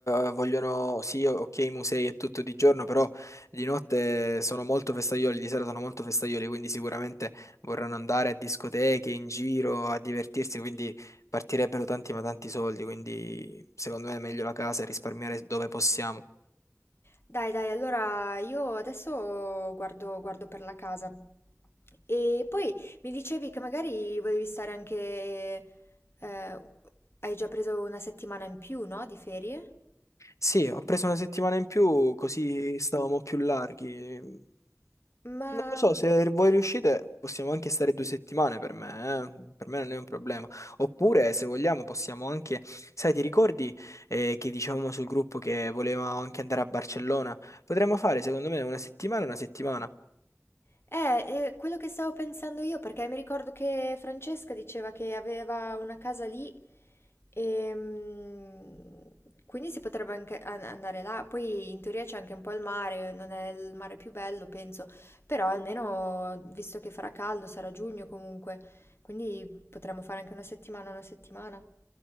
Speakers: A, on the left; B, on the left.
A: eh, vogliono, sì, ok, i musei e tutto di giorno, però di notte sono molto festaioli, di sera sono molto festaioli, quindi sicuramente vorranno andare a discoteche, in giro, a divertirsi, quindi partirebbero tanti ma tanti soldi, quindi secondo me è meglio la casa e risparmiare dove possiamo.
B: Dai, dai, allora io adesso guardo, guardo per la casa. E poi mi dicevi che magari volevi stare anche... eh, hai già preso una settimana in più, no? Di ferie?
A: Sì, ho preso una settimana in più, così stavamo più larghi.
B: Ma...
A: Non lo so, se voi riuscite possiamo anche stare due settimane per me, eh. Per me non è un problema. Oppure, se vogliamo, possiamo anche... Sai, ti ricordi eh, che dicevamo sul gruppo che volevamo anche andare a Barcellona? Potremmo fare, secondo me, una settimana e una settimana.
B: Eh, eh, quello che stavo pensando io, perché mi ricordo che Francesca diceva che aveva una casa lì e mm, quindi si potrebbe anche an- andare là. Poi in teoria c'è anche un po' il mare, non è il mare più bello, penso, però almeno visto che farà caldo, sarà giugno comunque, quindi potremmo fare anche una settimana, una settimana.